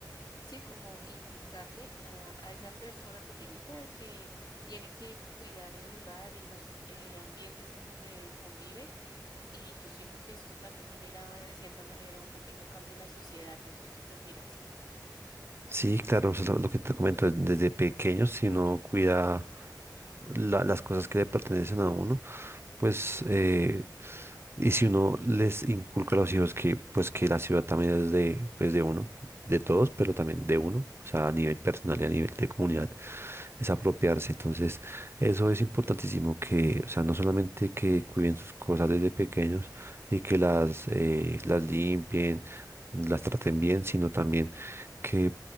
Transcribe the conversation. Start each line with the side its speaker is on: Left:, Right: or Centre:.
Left: sí, como inculcarle a, a esa persona pequeñita de que tiene que cuidar el lugar y los eh, ambientes en donde convive. Y yo siento que esto también genera de cierta manera un pequeño cambio en la sociedad. No sé, ¿tú qué opinas?
Right: Sí, claro, eso es lo lo que te comento, desde pequeños, si uno cuida la- las cosas que le pertenecen a uno, pues, eh, y si uno les inculca a los hijos que, pues, que la ciudad también es de, pues, de uno, de todos, pero también de uno, o sea, a nivel personal y a nivel de comunidad, es apropiarse. Entonces, eso es importantísimo que, o sea, no solamente que cuiden sus cosas desde pequeños y que las, eh, las limpien, las traten bien, sino también que